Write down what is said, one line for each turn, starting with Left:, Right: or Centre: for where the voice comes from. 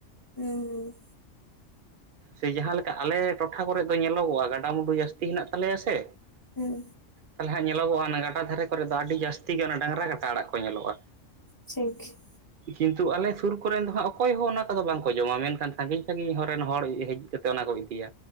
Left: ᱦᱩᱸ᱾
Right: ᱥᱮ ᱡᱟᱦᱟᱸ ᱞᱮᱠᱟ ᱟᱞᱮ ᱴᱚᱴᱷᱟ ᱠᱚᱨᱮᱜ ᱫᱚ ᱧᱮᱞᱚᱜᱚᱜᱼᱟ ᱜᱟᱰᱟᱼᱢᱩᱰᱩ ᱡᱟᱹᱥᱛᱤ ᱦᱮᱱᱟᱜ ᱛᱟᱞᱮᱭᱟ ᱥᱮ᱾
Left: ᱦᱮᱸ᱾
Right: ᱛᱟᱞᱦᱮ ᱦᱟᱸᱜ ᱧᱮᱞᱚᱜᱚᱜᱼᱟ ᱚᱱᱟ ᱜᱟᱰᱟ ᱫᱷᱟᱨᱮ ᱠᱚᱨᱮ ᱫᱚ ᱟᱹᱰᱤ ᱡᱟᱹᱥᱛᱤ ᱜᱮ ᱚᱱᱟ ᱰᱟᱝᱨᱟ ᱠᱟᱴᱟ ᱟᱲᱟᱜ ᱠᱚ ᱧᱮᱞᱚᱜᱼᱟ᱾
Left: ᱴᱷᱤᱠ᱾
Right: ᱠᱤᱱᱛᱩ ᱟᱞᱮ ᱥᱩᱨ ᱠᱚᱨᱮᱱ ᱫᱚ ᱦᱟᱸᱜ ᱚᱠᱚᱭ ᱦᱚᱸ ᱚᱱᱟ ᱠᱚᱫᱚ ᱵᱟᱝᱠᱚ ᱡᱚᱢᱟ, ᱢᱮᱱᱠᱷᱟᱱ ᱥᱟᱜᱤᱧ ᱥᱟᱜᱤᱧ ᱦᱚᱨᱮᱱ ᱦᱚᱲ ᱦᱮᱡ ᱠᱟᱛᱮ ᱚᱱᱟ ᱠᱚ ᱤᱫᱤᱭᱟ᱾